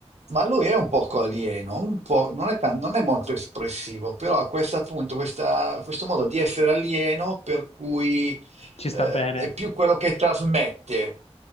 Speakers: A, on the right; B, on the left.
A: Ma lui è un poco alieno, un po', non è, tan- non è molto espressivo, però ha questo appunto, questa- questo modo di essere alieno per cui
B: Ci sta
A: eh,
B: bene.
A: è più quello che trasmette,